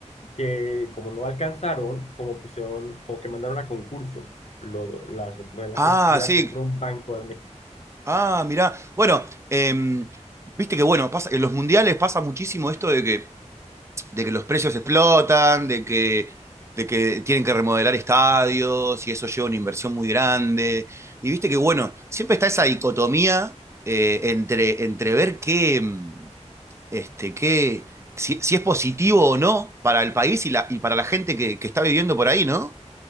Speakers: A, on the left; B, on the right.
A: que como no alcanzaron, como pusieron, como que mandaron a concurso lo- las remodelaciones
B: Ah,
A: y la
B: sí.
A: compró un banco de México.
B: Ah, mirá. Bueno, em, viste que bueno, pasa, en los mundiales pasa muchísimo esto de que de que los precios explotan, de que, de que tienen que remodelar estadios y eso lleva una inversión muy grande. Y viste que, bueno, siempre está esa dicotomía eh, entre, entre ver qué, este, qué, si, si, es positivo o no para el país y, la, y para la gente que, que está viviendo por ahí, ¿no?